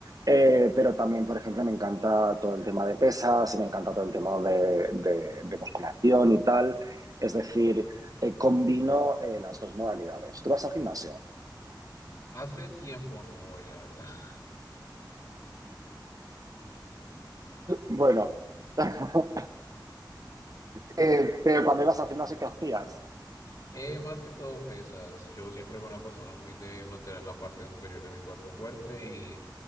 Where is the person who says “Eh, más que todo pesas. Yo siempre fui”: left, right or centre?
Left